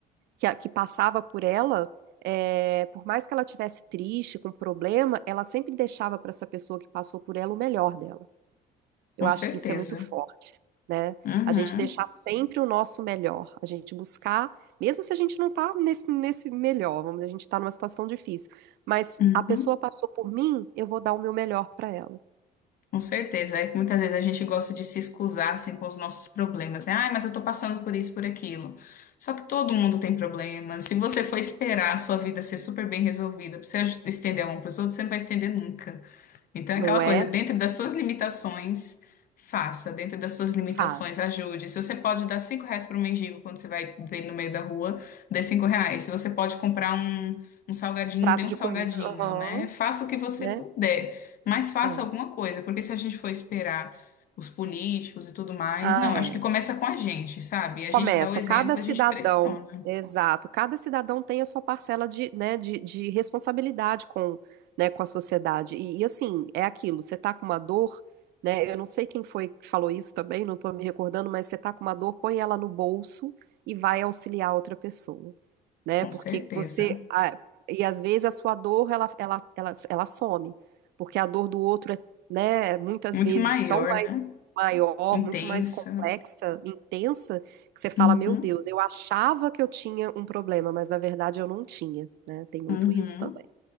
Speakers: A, on the right; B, on the left.
A: que, a- que passava por ela, é, por mais que ela tivesse triste, com problema, ela sempre deixava para essa pessoa que passou por ela o melhor dela. Eu
B: com
A: acho
B: certeza.
A: que isso é muito forte né?
B: Uhum,
A: A gente deixar sempre o nosso melhor, a gente buscar, mesmo se a gente não tá nesse, nesse melhor, vamos, dizer, a gente tá numa situação difícil, mas
B: uhum.
A: a pessoa passou por mim, eu vou dar o meu melhor para ela.
B: Com certeza, é que muitas vezes a gente gosta de se excusar assim, com os nossos problemas, né? Ai, mas eu tô passando por isso, por aquilo. Só que todo mundo tem problemas. Se você for esperar a sua vida ser super bem resolvida, pra você aj- estender a mão pros outros, você não vai estender nunca. Então,
A: Não
B: é aquela
A: é?
B: coisa, dentro das suas limitações, faça. Dentro das suas limitações,
A: Faça.
B: ajude. Se você pode dar cinco reais para um mendigo quando você vai ver ele no meio da rua, dê cinco reais. Se você pode comprar um, um salgadinho,
A: Prato
B: dê um
A: de
B: salgadinho,
A: comida, aham,
B: né? Faça o que você
A: né?
B: puder, mas faça
A: É.
B: alguma coisa, porque se a gente for esperar os políticos e tudo mais,
A: Ah,
B: não, acho
A: é.
B: que começa com a gente, sabe? A
A: Começa,
B: gente dá o exemplo,
A: cada cidadão,
B: a gente pressiona,
A: exato, cada cidadão tem a sua parcela de, né, de, de responsabilidade com, né, com a sociedade. E, e, assim, é aquilo, você tá com uma dor, né? Eu não sei quem foi que falou isso também, não tô me recordando, mas você tá com uma dor, põe ela no bolso e vai auxiliar outra pessoa né?
B: com
A: Porque
B: certeza.
A: você a- e às vezes a sua dor ela, ela, ela, ela some, porque a dor do outro é, né, muitas
B: Muito
A: vezes
B: maior,
A: tão mais
B: né?
A: maior,
B: Intensa.
A: muito mais complexa, intensa, que você fala,
B: Uhum,
A: meu Deus, eu achava que eu tinha um problema, mas na verdade eu não tinha, né? Tem muito
B: uhum.
A: isso também.